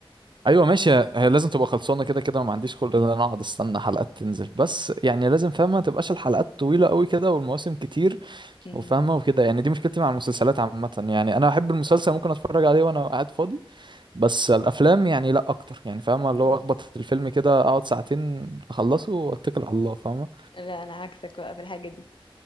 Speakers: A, on the right; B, on the left.
A: ايوه ماشي هي لازم تبقى خلصانة كده كده ما عنديش خلق ان انا اقعد استنى حلقات تنزل بس يعني لازم فاهمة ما تبقاش الحلقات طويلة قوي كده والمواسم كتير
B: <laughs> مم.
A: وفاهمة وكده يعني دي مشكلتي مع المسلسلات عامة يعني انا احب المسلسل ممكن اتفرج عليه وانا قاعد فاضي بس الافلام يعني لا اكتر يعني فاهمه اللي
B: مم.
A: هو اخبط في الفيلم كده اقعد ساعتين اخلصه واتكل على الله فاهمه
B: لا انا عكسك بقى في الحاجه دي